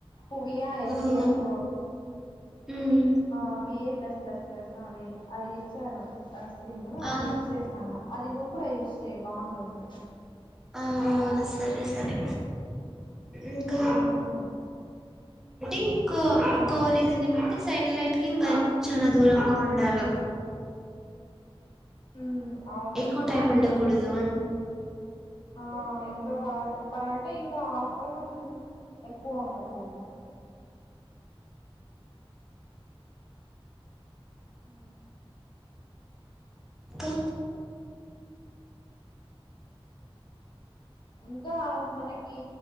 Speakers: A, on the left (about 50°); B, in the centre.
A: కువియా ఎస్పిఎఫ్
B: ఓహో! హ్మ్.
A: ఆ పిఏ ప్లస్ ప్లస్ ప్లస్ అవి అవి ఇచ్చారు సన్ స్క్రీన్ అది
B: ఆ!
A: యూస్ చేస్తాన్న అది నువ్ కూడా యూస్ చెయ్యి బాగుంట టుంది
B: ఆ సరే సరే ఇంకా
A: ఉమ్
B: అంటే ఇంకా ఇంకో రీజన్ ఏమంటే సన్లైట్ కి ఇంకా చాలా దూరంగా ఉండాల
A: అ అవును
B: ఎక్కువ టైం ఉండకూడదు
A: ఆ ఇంకా బాగా చెప్పాలంటే ఇంకా ఆఫ్టర్నూన్ ఎక్కువ ఉండ కూడదు హ
B: ఇంకా
A: ఇంకా మనకి